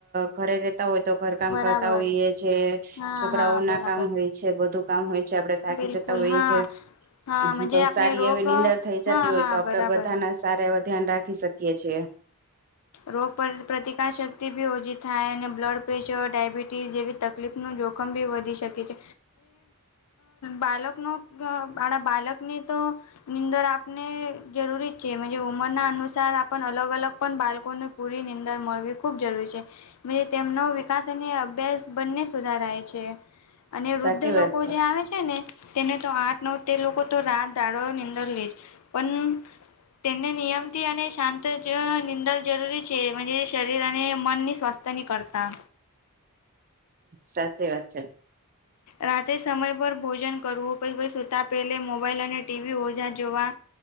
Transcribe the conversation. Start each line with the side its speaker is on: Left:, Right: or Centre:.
Right: ઘરે રેતા હોય તો ઘર કામ
Left: બરાબર
Right: કરતા હોઈએ છે
Left: હા
Right: છોકરાઓ
Left: હા
Right: ના
Left: બરાબર
Right: કામ હોય છે બધું કામ હોય છે આપડે થાકી
Left: બિલકુલ
Right: જતા હોઈએ
Left: હા
Right: છીએ
Left: હાજ
Right: તો
Left: આપણે
Right: સારી
Left: રોક
Right: એવી નિનીંદર થઇ જતી
Left: હા
Right: હોય
Left: હા
Right: તો આપડે
Left: બરાબર
Right: બધાને સારા એવ ધ્યાન રાખી શકીય છીએ
Left: રોગ પ્રતિકાર શક્તિ બી ઓછી થાય અને બ્લડ પ્રેશર ડાયબિટીસ જેવી તકલીફનું જોખમ બી વધી શકે છે બાળકનો માણા બાળકને તો નીદર આપને જરૂરી છે ઉંમરના અનુસાર આપ અલગ અલગ પણ બાળ લોકોને પૂરી નીંદણ મળવી ખૂબ જરૂરી છે તેમનો વિકાસ અને અભ્યાસ બંને સુધારાય છે અને વૃદ્ધ
Right: સાચી
Left: લોકો
Right: વાત
Left: જે આવે છે ને તેને તો આઠ નવ તેર લોકો તો રાત દાડો નીંદર લેજ પણ તેને નિયમ થી અને શાંત જે નિંદા જરૂરી છેજ શરીર અને મનની સ્વસ્થ ની કરળતા
Right: સાચી વાત છે
Left: રાતે સમય પર ભોજન કરવું પછતા પેલે મોબાઈલ અને ટીવી ઓજા જોવા